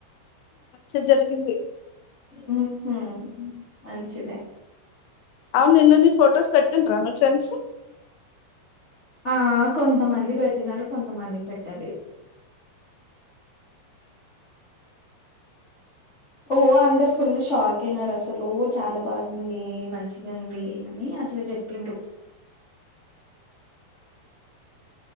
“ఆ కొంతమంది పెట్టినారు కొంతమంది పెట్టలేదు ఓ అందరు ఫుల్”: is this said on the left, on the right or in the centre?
Left